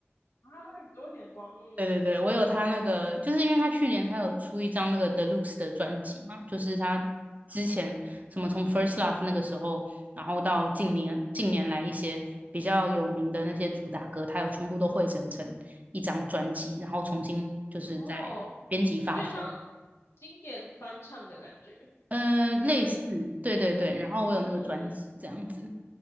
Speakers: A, on the left (about 65°); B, on the right (about 35°).
A: 啊，宇多田光，嗯
B: 对对对，我有他那个，就是因为他去年他有出一张那个 t h e l u x e 的专辑嘛，就是他之前什么从 First Love 那个时候，然后到近年近年来一些比较有名的那些主打歌，他有全部都汇整成一张专辑，然后重新就是在
A: 嗯，哦，
B: 编辑发售。
A: 有点像经典翻唱的感觉，
B: 呃，类似，
A: 他们
B: 对对对，
A: 嗯。
B: 然后我有那个专辑这样子，
A: 嗯嗯